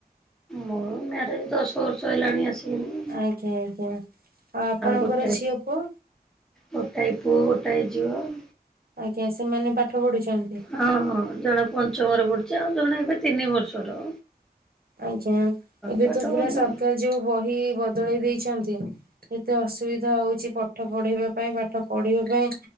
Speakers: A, in the centre; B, on the right.
A: ମୋ ମ୍ୟାରେଜ୍ ଦଶ ବର୍ଷ ହେଲାଣି ଆସିକିଣିି।
B: ଆଜ୍ଞା ଆଜ୍ଞା ଆଉ ଆପଣଙ୍କର
A: ଗୋଟେ
B: ଝିଅ ପୁଅ।
A: ଗୋଟାଏ ପୁଅ ଗୋଟାଏ ଝିଅ ଆଉ।
B: ଆଜ୍ଞା ସେମାନେ ପାଠ ପଢୁଛନ୍ତି।
A: ହଁ ହଁ ଜଣେ ପଞ୍ଚମରେ ପଢୁଛି ଆଉ ଜଣେ ଏବେ ତିନି ବର୍ଷର।
B: ଆଜ୍ଞା ଏବେ
A: ପାଠ
B: ତ ପୁରା
A: ପଢ଼ୁନି
B: ସରକାର ଯୋଉ ବହି ବଦଳେଇ ଦେଇଛନ୍ତି। ଏତେ ଅସୁବିଧା ହଉଛି ପାଠ ପଢେଇବା ପାଇଁ ପାଠ ପଢିବା ପାଇଁ।